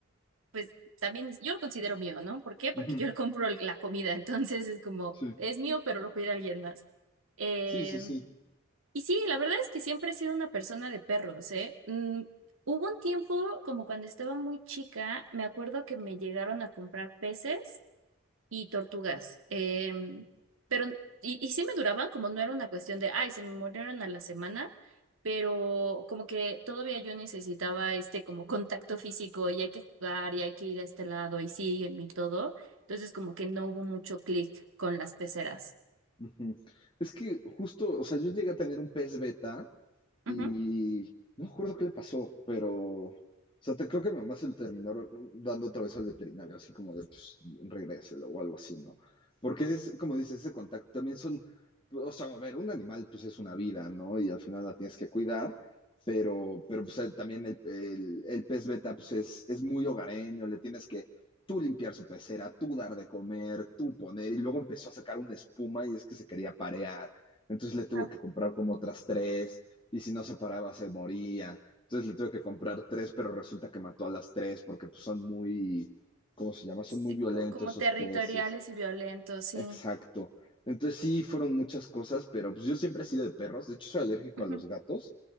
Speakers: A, on the right (about 65°); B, on the left (about 25°).
A: pues también es- yo lo considero mío, ¿no? ¿Por qué?
B: Ujú,
A: Porque yo le compro el- la comida, <laughs> entonces es como,
B: Sí,
A: es mío, pero lo cuida alguien más. Em,
B: sí, sí, sí.
A: Y sí, la verdad es que siempre he sido una persona de perros, ¿eh? Mm, hubo un tiempo, como cuando estaba muy chica, me acuerdo que me llegaron a comprar peces y tortugas, em, pero, y, y sí me duraban, como no era una cuestión de, ay, se me murieron a la semana, pero como que todavía yo necesitaba este como contacto físico y hay que jugar y hay que ir a este lado y sígueme y todo, entonces como que no hubo mucho clic con las peceras.
B: Ujú. Es que justo, o sea, yo llegué a tener un pez beta
A: Ujú.
B: Y no me acuerdo qué le pasó, pero, o sea, te, creo que mi mamá se lo terminó dando otra vez al veterinario, así como de, pues, regréselo o algo así, ¿no? Porque es, como dices, ese contacto también son, o sea, a ver, un animal, pues, es una vida, ¿no? Y al final la tienes que cuidar, pero, pero pues, el- también el, el- el pez beta, pues, es, es muy hogareño, le tienes que tú limpiar su pecera, tú dar de comer, tú poner, y luego empezó a sacar una espuma y es que se quería parear. Entonces le tuve
A: Ujú.
B: que comprar como otras tres y si no se paraba se moría. Entonces le tuve que comprar tres, pero resulta que mató a las tres porque pues, son muy, ¿cómo se llama? Son
A: sí,
B: muy violentos
A: co- como
B: esos
A: territoriales
B: peces.
A: y violentos, sí.
B: Exacto. Entonces sí, fueron muchas cosas, pero pues yo siempre he sido de perros. De hecho, soy alérgico
A: Ujú,
B: a los gatos.